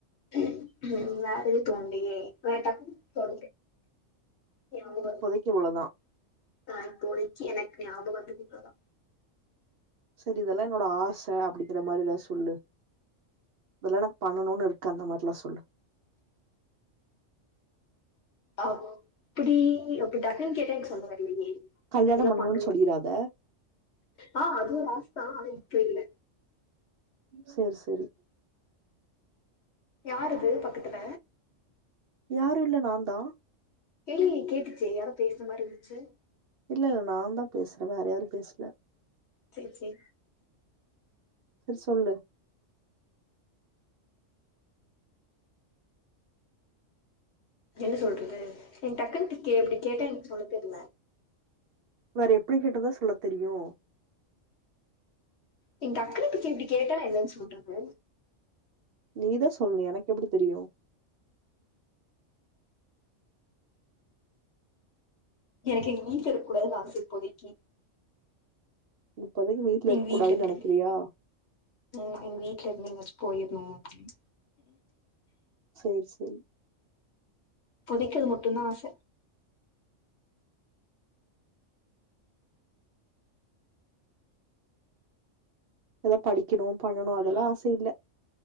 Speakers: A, on the left; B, on the right.
A: ம் வேற எது தோணலையே வேற டக்குனு தோண ஞாபக வரமாட்டேங்குது
B: இப்போதைக்கு இவ்ளோதா
A: ஆ இப்போதைக்கு எனக்கு ஞாபக வந்தது இவ்ளோதா
B: சரி இதெல்லா என்னோட ஆசை அப்படிங்கிற மாரிதா சொல்லு இதெல்லா பண்ணனுனு இருக்கு அந்த மாரில்லா சொல்லு
A: அப்டி அப்டி டக்குன்னு கேட்டா எனக்கு சொல்ல தெரியலையே
B: கல்யாணம்
A: இதெல்லா
B: பண்ணணும்னு
A: பண்ணனு
B: சொல்லிராத
A: ஆ அது ஒரு ஆசை தா ஆனா இப்ப இல்ல
B: செரி சரி
A: யார் இது பக்கத்துல
B: யாரு இல்ல நான்தா
A: தெர்லயே கேட்டுச்சு யாரோ பேசுற மாரி இருந்துச்சு
B: இல்ல இல்ல நான்தா பேசுறே வேற யாரு பேசல
A: சேரி சேரி
B: சரி சொல்லு
A: என்ன சொல்றது நி டக்குனுக்கு எப்டி கேட்டா எனக்கு சொல்ல தெரில
B: வேற எப்படி கேட்டாதா சொல்ல தெரியு
A: நீங்க டக்குனு இப்டி கேள்வி கேட்டா நா என்னன்னு சொல்றது
B: நீதா சொல்லனு எனக்கு எப்படி தெரியு
A: எனக்கு எங்க வீட்ல இருக்கூடாதுன் ஆசை இப்போதைக்கு
B: இப்போதைக்கு வீட்ல
A: எங்க
B: இருக்கூடான்னு
A: இருந்து
B: நினைக்கிறியா
A: ம் எங்க வீட்ல இருந்து எங்கயாச்சு போயிருணு அப்டினு
B: சேரி சேரி
A: இப்போதைக்கு இது மட்டும்தா ஆச
B: ஏதா படிக்கணூ பண்ணணூ அதெல்லா ஆச இல்ல